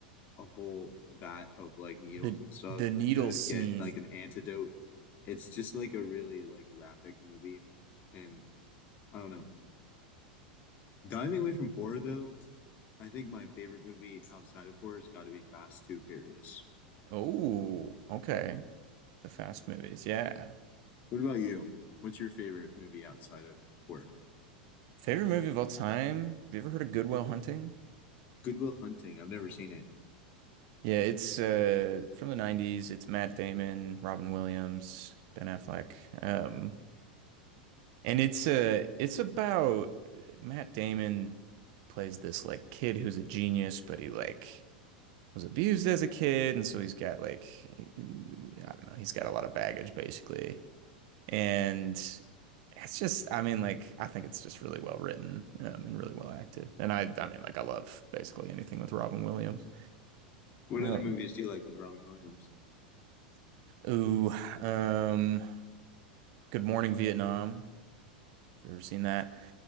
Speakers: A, on the left; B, on the right.
A: a whole vat of like needles
B: The
A: and stuff
B: the needle
A: to
B: scene.
A: get like an antidote. It's just like a really like graphic movie and I don't know. Diving away from horror though, I think my favorite movie outside of horror's got to be Fast Two Furious.
B: Oh, okay. The Fast movies, yeah.
A: What about you? What's your favorite movie outside of horror?
B: Favorite movie of all time? Have you ever heard of Good Will Hunting?
A: Goodwill Hunting. I've never seen it.
B: Yeah, it's uh from the 90s. It's Matt Damon, Robin Williams, Ben Affleck. Um and it's uh it's about Matt Damon plays this like kid who's a genius, but he like was abused as a kid and so he's got like I don't know, he's got a lot of baggage basically. And it's just I mean like I think it's just really well written um, and really well acted. And I I mean like I love basically anything with Robin Williams.
A: What
B: Um
A: other movies do you like with Robin Williams?
B: Ooh, um, Good Morning Vietnam. If you've ever seen that,